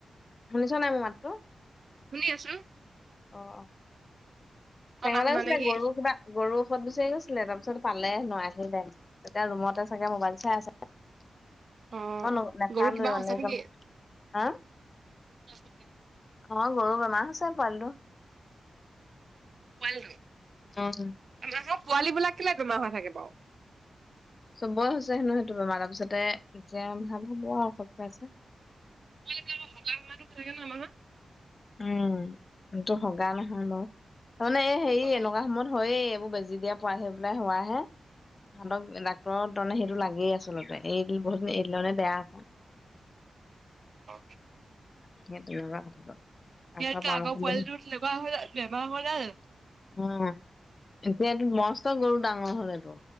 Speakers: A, on the left; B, on the right.
A: শুনিছ নাই মোৰ মাতটো?
B: শুনি আছো।
A: অ অ।
B: তই
A: চেংমৰালে
B: নাই শুনা
A: গৈছিলে
B: নেকি
A: গৰু কিবা গৰুৰ ঔষধ বিচাৰি গৈছিলে, তাৰপিছত পালে হেনো আহিল পা এতিয়া ৰুমতে চাগে মোবাইল চাই আছে,
B: অ',
A: নাখালোয়ে
B: গৰু কিবা
A: এনেই
B: হৈছে নেকি?
A: গল হা!
B: <unintelligible>
A: ঘাল গৰু বনা আছে পুৱালিটো।
B: পোৱালিটো।
A: অঅ
B: আমা আকৌ পোৱালীবিলাক কেলে বেমাৰ হৈ থাকে বাঅ?
A: চবেই হৈছে হেনো সেইটো বেমাৰ তাৰপিছতে যে ভাল হ'ব আঅ চব খাইছে।
B: পোৱালীবিলাকৰ হগা বেমাৰটো হৈ থাকে ন আমা ঘ
A: উম এটো হগা নহয় বাৰু, তাৰমানে এই হেৰি
B: অ',
A: এনেকুৱা সময়ত হয়েই এইবোৰ বেজি দিয়া পোৱা সেই পেলাই হোৱাহে হাতক ডাক্তৰক তণে সেইটো লাগেই আচলতে, এইদিলে বহুত দিন এইদিলে মানে বেয়া আক
B: অ
A: সেইটো বা কথাটো ডাক্তৰৰ
B: ইয়াতকে
A: পৰামৰ্শ
B: আগৰ পোৱালিটো
A: লৈ
B: তেনেকুৱা হোৱা নাই বেমাৰ হোৱা নাই যানো
A: উম এতিয়াটো মষ্ট গৰু ডাঙৰ হ'ল এইটো।